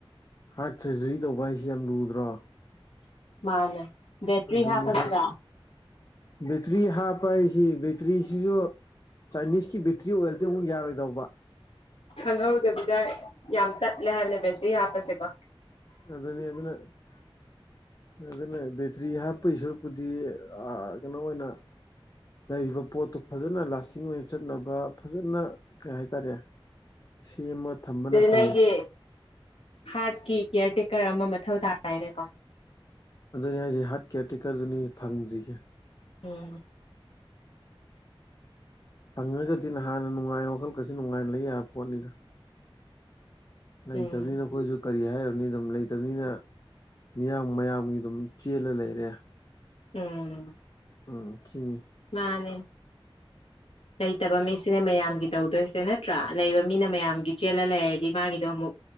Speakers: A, on the left (about 40°); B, on the left (about 80°).
A: ꯍꯥꯔꯠ ꯁꯔꯖꯔꯤ ꯇꯧꯕ ꯍꯥꯏꯁꯤꯦ ꯌꯥꯝ ꯂꯨꯗ꯭ꯔꯣ
B: ꯃꯥꯅꯦ ꯕꯦꯇ꯭ꯔꯤ
A: ꯑꯗꯨꯅꯤ
B: ꯍꯥꯞꯄꯁꯤꯔ
A: ꯍꯥꯔꯠ ꯕꯦꯇ꯭ꯔꯤ ꯍꯥꯞꯄꯥꯏꯁꯤ ꯕꯦꯇ꯭ꯔꯤꯁꯤꯁꯨ ꯆꯥꯏꯅꯤꯁꯀꯤ ꯕꯦꯇ꯭ꯔꯤ ꯑꯣꯏꯜꯗꯤ ꯑꯃꯨꯛ ꯌꯥꯔꯣꯏꯗꯧꯕ
B: ꯈꯪꯍꯧꯗꯕꯤꯗ ꯌꯥꯝ ꯇꯠꯂꯦ ꯍꯥꯏꯕꯅꯦ ꯕꯦꯁꯇ꯭ꯔꯤ ꯍꯥꯞꯄꯁꯦꯀꯣ
A: ꯑꯗꯨꯗꯅꯦ ꯑꯗꯨꯅ ꯑꯗꯨꯅ ꯕꯦꯇ꯭ꯔꯤ ꯍꯥꯞꯄꯒꯤ ꯁꯔꯨꯛꯄꯨꯗꯤ ꯀꯩꯅꯣ ꯑꯣꯏꯅ ꯂꯩꯔꯤꯕ ꯄꯣꯠꯇꯨ ꯐꯖꯅ ꯂꯥꯁꯇꯤꯡ ꯑꯣꯏꯅ ꯆꯠꯅꯕ ꯐꯖꯅ ꯀꯩ ꯍꯥꯏꯇꯥꯔꯦ ꯁꯦꯝꯃ ꯊꯝꯕꯅ
B: ꯑꯗꯨꯗꯤ
A: ꯐꯩ
B: ꯅꯪꯒꯤ ꯍꯥꯔꯠꯀꯤ ꯀꯤꯌꯥꯔ ꯇꯦꯀꯔ ꯑꯃ ꯃꯊꯧ ꯇꯥꯔꯅꯦ ꯀꯣ
A: ꯑꯗꯨꯅꯦ ꯑꯩꯁꯦ ꯍꯥꯔꯠ ꯀꯦꯌꯥꯔ ꯇꯦꯛꯀꯔꯗꯨꯅꯤ ꯐꯪꯗ꯭ꯔꯤꯁꯦ
B: ꯎꯝ
A: ꯐꯪꯉꯒꯗꯤ ꯅꯍꯥꯟꯅ ꯅꯨꯡꯉꯥꯏ ꯋꯥꯈꯜꯀꯁꯨ ꯅꯨꯡꯉꯥꯏꯅ ꯂꯩ ꯌꯥꯕ ꯄꯣꯠꯅꯤꯗ ꯂꯩꯇꯕꯅꯤꯅ
B: ꯎꯝ
A: ꯑꯩꯈꯣꯏꯁꯨ ꯀꯔꯤ ꯍꯥꯏꯔꯕꯅꯤ ꯑꯗꯨꯝ ꯂꯩꯇꯕꯅꯤꯅ ꯃꯤꯌꯥꯝ ꯃꯌꯥꯝꯒꯤ ꯑꯗꯨꯝ ꯆꯦꯜꯂ ꯂꯩꯔꯦ
B: ꯎꯝ
A: ꯎꯝ ꯁꯤꯅꯤ
B: ꯃꯥꯅꯦ ꯂꯩꯇꯕ ꯃꯤꯁꯤꯅꯦ ꯃꯌꯥꯝꯒꯤ ꯇꯧꯗꯣꯏ ꯁꯤ ꯅꯠꯇ꯭ꯔꯥ ꯂꯩꯕ ꯃꯤꯅ ꯃꯌꯥꯝꯒꯤ ꯆꯦꯜꯂ ꯂꯩꯔꯗꯤ ꯃꯥꯒꯤꯗꯣ ꯑꯃꯨꯛ